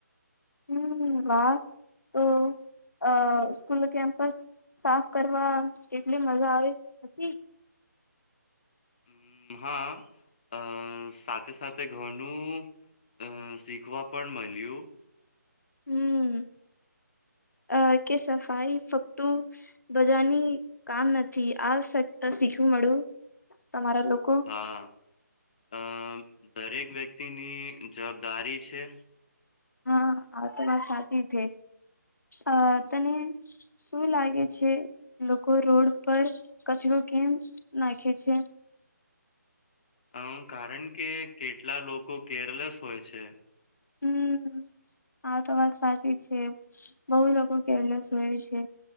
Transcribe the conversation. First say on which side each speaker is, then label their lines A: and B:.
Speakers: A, on the left; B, on the left.
A: હમ વાહ! તો અ સ્કૂલ કેમ્પસ સાફ કરવા કેટલી મજા આવી હતી?
B: અમ હા અ સાથે સાથે ઘનું અ શીખવા પણ મલ્યું.
A: હમ અ કે સફાઈ ફક્તું બજાની કામ નથી. આ શીખવું મળ્યું, તમારા લોક
B: હા અ દરેક વ્યક્તિની જવાબદારી છે.
A: હા આ તો વાત સાચી થે. અ તને શું લાગે છે. લોકો રોડ પર કચરો કેમ નાખે છે?
B: અ કારણ કે કેટલા લોકો કેરલેસ હોય છે.
A: હમ આ તો વાત સાચી છે. બહુ લોકો કેરલેસ હોય છે.